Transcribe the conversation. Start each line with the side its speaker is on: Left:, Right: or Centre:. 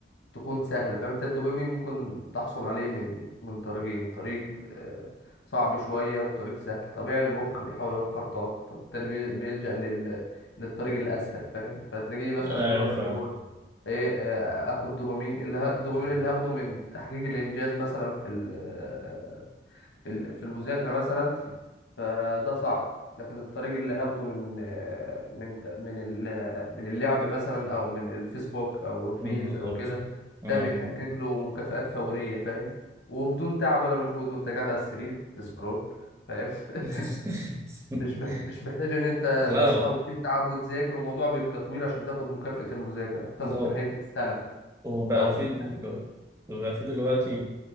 Left: تكون سهلة فاهم انت الدوبامين ممكن تحصل عليه من من طريقين طريق آه، صعب شوية وطريق سهل طبيعي المخ بيحاول يوفر طاقة فبالتالي بي- بيلجأ لل... للطريق الأسهل فاهم فتلاقيه مثلا
Right: أيوة
Left: بيروح
Right: فاهم
Left: اللي هو ايه آه، اخد دوبامين اللي ه... الدوبامين اللي هاخده من تحقيق الانجاز مثلا في ال... آه، في ال... في المذاكره مثلا فده صعب لكن الطريق اللي هاخده من آه، من ت- من ال... آه، من اللعب مثلا او من الفيسبوك او الريلز
Right: مم، بالظبط
Left: او كده
Right: مم.
Left: ده بيحقق له مكافآت فوريه فاهم وبدون تعب ولا مجهود وانت قاعد على السرير تسكرول فاهم <laughs>
Right: <laughs>
Left: مش مح... مش محتاج ان انت
Right: لا
Left: تصحى وتتعب وتذاكر والموضوع بيبقى طويل عشان تاخد مكافأة المذاكره بتاخده
Right: لا
Left: في نهايه السنه
Right: وبقى
Left: او في
Right: في دل- بقى في دلوقتي